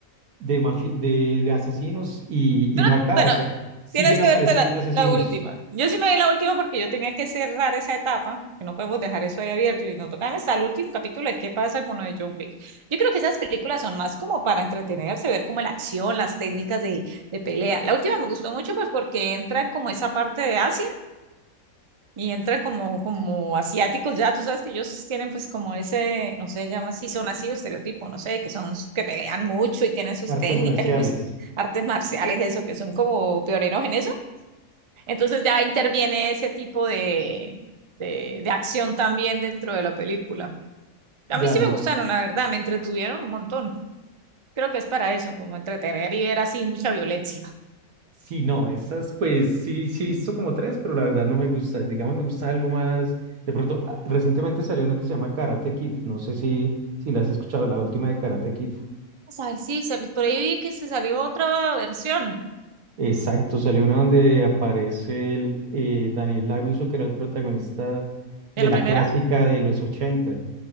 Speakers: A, on the right; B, on the right.
A: de, mafi- de, de asesinos y,
B: tú
A: y
B: no-
A: no acaba,
B: bueno,
A: o sea, siguen
B: tienes
A: apareciendo
B: que verte la,
A: asesinos,
B: la última. Yo sí me vi la última porque yo tenía que cerrar esa etapa, que no podemos dejar eso ahí abierto y no tocarme hasta el último capítulo de qué pasa con lo de John Wick. Yo creo que esas películas son más como para entretenerse, ver como la acción, las técnicas de, de pelea. La última me gustó mucho pues porque entra en como esa parte de Asia y entran como, como asiáticos ya, tú sabes que ellos tienen pues como ese, no sé, llama si son así o estereotipo, no sé, que son, que pelean mucho y tienen sus
A: artes
B: técnicas
A: marciales,
B: y cosas, artes marciales, eso, que son como pioneros en eso. Entonces ya interviene ese tipo de, de, de acción también dentro de la película. A
A: ya
B: mí sí
A: no.
B: me gustaron, la verdad, me entretuvieron un montón. Creo que es para eso, como entretener y ver así mucha violencia.
A: Sí, no, esas pues sí, sí he visto como tres, pero la verdad no me gusta. Digamos, me gusta algo más. De pronto, ah, recientemente salió una que se llama Karate Kid. No sé si, si la has escuchado, la última de Karate Kid.
B: Vamos a ver, sí, se- por ahí vi que se salió otra versión
A: Exacto, salió una donde aparece el, eh, Daniel LaRusso, que era el protagonista de
B: de la
A: la
B: primera.
A: clásica de los ochenta